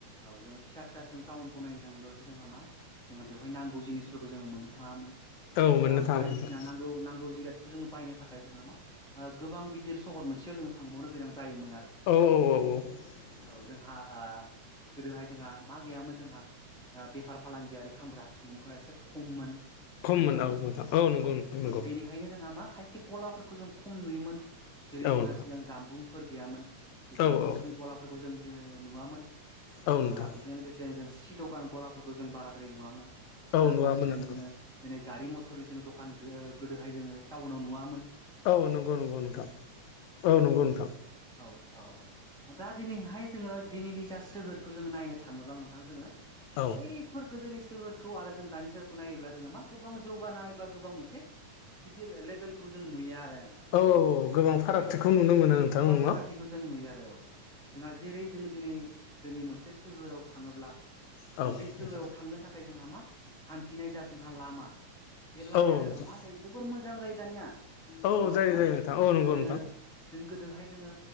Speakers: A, in the centre; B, on the left.
A: औ जोङो फिसा फिसा जों टाउनखौ नायनो थाङोब्लाथ' जोंहा मा जोंङो बेवहाय नांगौ जिनिसफोरखौ जोङो मोननो थाङामोन।
B: औ
A: जोंहा
B: मोननो थाङामोन
A: बायदिसिना
B: नोंथां
A: नांगौ नांगौ जिराद जोङो बायनो थाखाय जोङो मा? गोबां गिदिर सहर मोनसेयाव जोङो थांबावनो गोनां जायोमोन
B: औ
A: आरो
B: औ औ
A: जोंहा गोदोहाय जोंहा मा गैयामोन जोंहा? बेफार फालांगियारि खालामग्रा सुबुंफोरा एसे खममोन। नंगौना
B: खममोन
A: नोंथां?
B: औ नंगौ
A: औ
B: नोंथां
A: स'
B: नंगौ
A: बेनिखायनो जोंहा मा? खायसे गलाफोरखौ जों खम नुयोमोन। जेरै
B: औ
A: जोंहा
B: नोंथां
A: सिगां जामबुंफोर गैयामोन। बे
B: औ
A: जामबुंफोरनि
B: औ
A: गलाफोरखौ जों नुवामोन
B: औ नोंथां
A: बेजों लोगोसे जों सिद' दुखान गलाफोरखौ जों बाराद्राय नुवामोन
B: औ
A: नांगौ
B: नुवामोन
A: बेसेननि
B: नोंथां
A: जोङो दि गारि मथरनि जों दखान गोदोहाय जोङो टाउनाव नुवामोन।
B: औ नंगौ नंगौ नोंथां औ नंगौ नोंथां
A: औ औ दा दिनैहाय जोङो दिनैनि जा सोहोरखौ जोङो नायनो थाङोब्ला नोंथाङा जोङो
B: औ
A: बैफोर गोदोनि सोहोर, खौ आरो जों दानि नायोब्ला जोङो मा गोबां जौनाय बा गोबां मोनसे गेदिर लेबेलखौ, जों नुयो आर रो नोंथां
B: औ गोबां फारागथिखौ
A: औ जों
B: नुनो मोनो नोंथां
A: गोबां
B: नोंनाव
A: फारागथिखौ जों नुयो आरो औ जोंहा जेरै जोङो दिनै जोंनि मोनसे सोहोराव थाङोब्ला
B: औ
A: जों
B: नोंथां
A: बे सोहोराव थांनो थाखाय, जोंहा मा हान्थिनाय जा जोंहा लामा बे लामाया
B: औ
A: जोंहा
B: नोंथां
A: मा जायो जोबोर मोज जां जायो दानिया
B: औ
A: नंगौ
B: जायो
A: ना नोंथां
B: जायो औ नंगौ
A: जोङो,
B: नोंथां
A: जों गोदोहाय जोङो